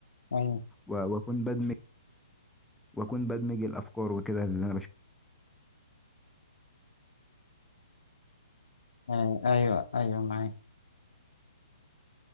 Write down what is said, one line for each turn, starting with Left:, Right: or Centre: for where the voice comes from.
Left: ايوه
Centre: و- واكون بدمج واكون بدمج الافكار وكده اللي انا بشوفها
Left: آه ايوه ايوه معاك